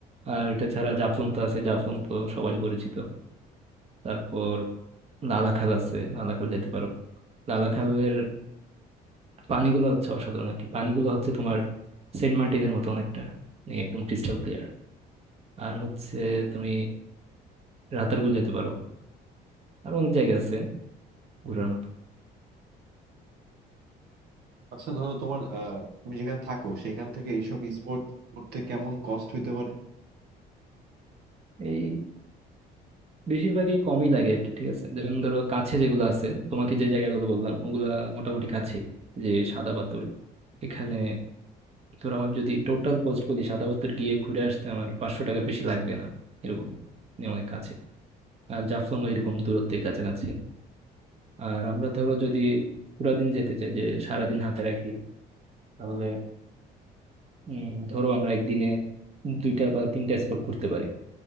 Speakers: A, on the right; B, on the right.
A: আর এটা ছাড়া জাফলং তো আছে জাফলং তো সবারই পরিচিত তারপর লালাখাল আছে লালাখাল যাইতে পারো লালাখালের পানিগুলো হচ্ছে অসাধারণ আর কি পানিগুলো হচ্ছে তোমার সেন্ট মার্টিনের মতো অনেকটা মানে একদম ক্রিস্টাল ক্লিয়ার আর হচ্ছে তুমি রাতারগুল যেতে পারো আর অনেক জায়গা আছে ঘোরার মতো
B: আচ্ছা ধরো তোমার আহ তুমি যেখানে থাকো সেখান থেকে এইসব স্পোর্ট করতে কেমন কস্ট হইতে পারে
A: এই বেশিরভাগই কমই লাগে আর কি ঠিক আছে যেমন ধরো কাছে যেগুলো আছে তোমাকে যে জায়গাগুলো বললাম ওগুলা মোটামুটি কাছে যে সাদা পাথর এখানে ধর আমার যদি টোটাল কস্ট বলি সাদা পাথর গিয়ে ঘুরে আসতে আমার পাঁচশো টাকার বেশি লাগবে না এরকম মানে অনেক কাছে আর জাফলং এরকম দূরত্বে কাছাকাছি আর আমরা ধরো যদি পুরা দিন যেতে চাই যে সারাদিন হাতে রাখি তাহলে উম, ধরো আমরা একদিনে দুইটা বা তিনটা স্পট ঘুরতে পারি